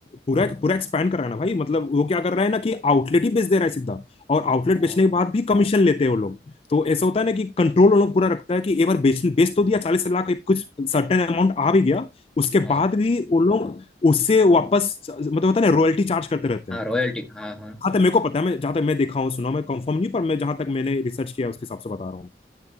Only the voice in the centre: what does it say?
हाँ
हाँ
हाँ
रॉयल्टी हाँ हाँ